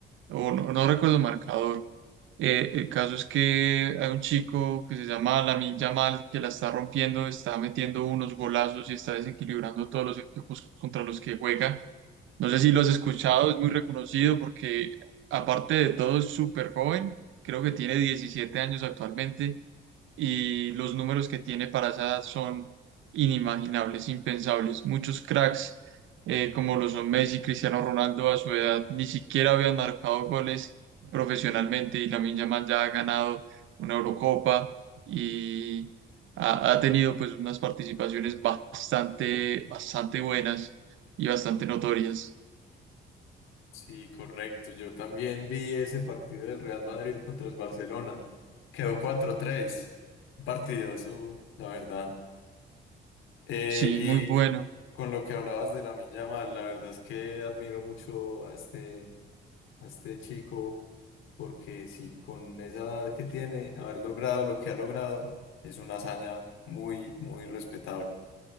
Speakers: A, on the right (about 80°); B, on the left (about 85°).
A: o no, no recuerdo el marcador. Eh, el caso es que hay un chico que se llama Lamine Yamal que la está rompiendo, está metiendo unos golazos y está desequilibrando todos los equipos contra los que juega. No sé si lo has escuchado, es muy reconocido porque aparte de todo es súper joven, creo que tiene 17 años actualmente y los números que tiene para esa edad son inimaginables, impensables. Muchos cracks, eh, como lo son Messi, Cristiano Ronaldo, a su edad ni siquiera habían marcado goles profesionalmente y Lamine Yamal ya ha ganado una Eurocopa y ha, ha tenido pues unas participaciones bastante, bastante buenas y bastante notorias.
B: Sí, correcto, yo también vi ese partido del Real Madrid contra el Barcelona, quedó cuatro tres. un partidazo, la verdad. Eh,
A: Sí,
B: y
A: muy bueno.
B: co- con lo que hablabas de la Yamal, la verdad es que admiro mucho a este, a este chico, porque sí, con esa edad que tiene, haber logrado lo que ha logrado, es una hazaña muy, muy respetable.